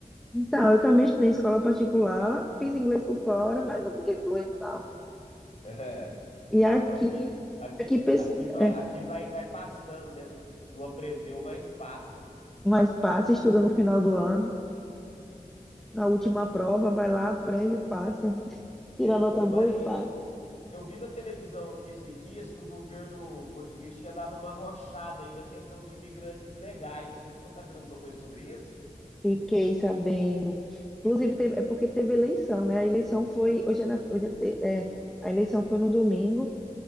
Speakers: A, in the centre; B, on the left.
A: Então, eu também estudei em escola particular, fiz inglês por fora, mas não fiquei fluente, não.
B: <laughs>
A: E aqui,
B: Aqui, aqui,
A: aqui pes-
B: aqui vai,
A: é,
B: aqui vai, vai passando, né? Não, não aprendeu, mas passa.
A: mas passa, estuda no final do ano, na última prova, vai lá, aprende e passa.
B: Deixa,
A: Tira nota
B: ô,
A: boa
B: Maria,
A: e passa.
B: eu vi na televisão aqui esses dias que o governo português tinha dado uma rochada aí na questão de imigrantes ilegais. Você ficou sabendo alguma coisa sobre isso?
A: Fiquei sabendo. Inclusive, teve, é porque teve eleição, né? A eleição foi, hoje é, na- hoje é, te- é, a eleição foi no domingo